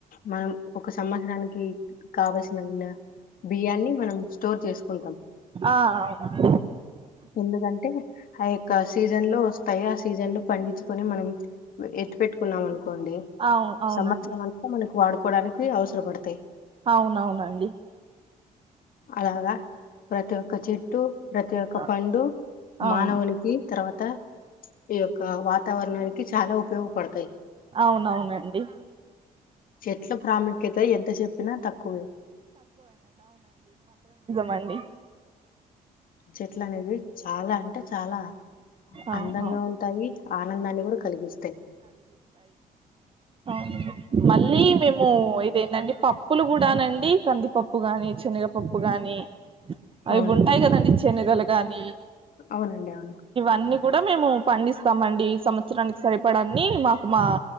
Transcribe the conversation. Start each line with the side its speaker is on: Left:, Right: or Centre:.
Left: మనం ఒక సంవత్సరానికి కావల్సినామ బియ్యాన్ని మనం స్టోర్ చేసుకుంటాం
Right: ఆ అవునండి
Left: ఎందుకంటే ఏక్క సీజన్ లో వస్తాయి ఆ సీజన్ లో పండించుకొని మనం ఎత్తు పెట్టుకున్నామానుకోండి
Right: అవు అవునండి
Left: సంవత్సరం అంతా మనకు వాడుకొ పోలానికి అవసర పడతై
Right: అవును అవునండి
Left: అలాగా ప్రతి ఒ ఒక చెట్టు ప్రతి ఒక
Right: ఆ,
Left: పండు
Right: అవును
Left: మానవునికి తర్వాత ఈ యొక్క వాతావరణానికి చాలా ఉపయోగపడతాయి.
Right: అవునవును నండి
Left: చెట్ల ప్రాముఖ్యత ఎంత చెప్పిన తక్కువే
Right: మండి
Left: చెట్లనేవి చాలా అంటే చాలా
Right: అవునవును
Left: అందంగా ఉంటాయి ఆనందాన్ని కూడా కలిగిస్తాయి
Right: అవునండి మళ్ళీ మేము ఇదేందండి పప్పులు కూడానండి కందిపప్పు గాని చనగపప్పు గాని అవి
Left: అవునండి
Right: ఉంటాయి కదండీ చనగలు దాని
Left: అవునండి అవును
Right: అన్ని కూడా మేము పండిస్తామండి సంవత్సరానికి సరిపడా అన్ని మాకు మా